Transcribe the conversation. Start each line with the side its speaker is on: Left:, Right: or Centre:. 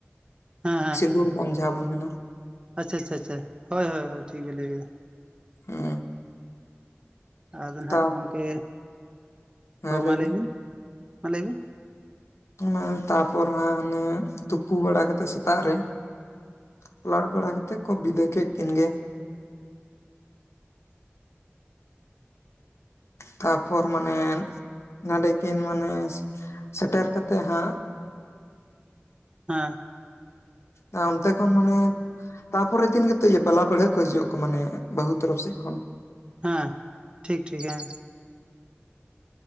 Right: ᱦᱮᱸ
Left: ᱥᱤᱸᱫᱩᱨ ᱫᱟᱱ ᱡᱟᱦᱟᱸ ᱵᱚᱱ ᱢᱮᱱᱟ᱾
Right: ᱟᱪᱪᱷᱟᱼᱟᱪᱷᱟ-ᱟᱪᱷᱟ, ᱦᱳᱭ-ᱦᱳᱭ-ᱦᱳᱭ ᱴᱷᱤᱠ ᱵᱮᱱ ᱞᱟᱹᱭ ᱠᱟᱫᱟ᱾ ᱾
Left: ᱦᱩᱸ
Right: ᱟᱫᱚ ᱱᱟᱦᱟᱜ
Left: ᱛᱟᱯ
Right: ᱜᱚᱢᱠᱮ
Left: ᱦᱮᱸ
Right: ᱦᱚᱸ
Left: ᱞᱟᱹᱭ
Right: ᱢᱟ ᱞᱟᱹᱭᱵᱤᱱ
Left: ᱵᱮᱱ
Right: ᱢᱟ ᱞᱟᱹᱭᱵᱤᱱ᱾
Left: ᱚᱱᱟ ᱛᱟᱯᱚᱨ ᱦᱟᱸᱜ ᱦᱟᱱᱮ ᱛᱩᱯᱩ ᱵᱟᱲᱟ ᱠᱟᱛᱮᱜ ᱥᱮᱛᱟᱜ ᱨᱮ ᱯᱟᱞᱟᱴ ᱵᱟᱲᱟ ᱠᱟᱛᱮᱫ ᱠᱚ ᱵᱤᱫᱟᱹᱭ ᱠᱮᱫ ᱠᱤᱱ ᱜᱮ᱾ ᱛᱟᱯᱚᱨ ᱢᱟᱱᱮ ᱱᱚᱰᱮ ᱠᱤᱱ ᱢᱟᱱᱮ ᱥᱮᱴᱮᱨ ᱠᱟᱛᱮ ᱦᱟᱸᱜ
Right: ᱦᱮᱸ᱾
Left: ᱟᱸ ᱚᱱᱛᱮ ᱠᱷᱚᱱ ᱢᱟᱱᱮ ᱛᱟᱯᱚᱨᱮ ᱫᱤᱱ ᱜᱮᱛᱚ ᱤᱭᱟᱹ ᱵᱟᱞᱟ ᱯᱟᱹᱲᱦᱟᱹ ᱠᱚ ᱦᱤᱡᱩᱜᱼᱟᱠ ᱢᱟᱱᱮ ᱵᱟᱹᱦᱩ ᱛᱚᱨᱚᱯᱷ ᱥᱮᱫ ᱠᱷᱚᱱ᱾
Right: ᱦᱮᱸ ᱴᱷᱤᱠᱼᱴᱷᱤᱠ ᱦᱮᱸ᱾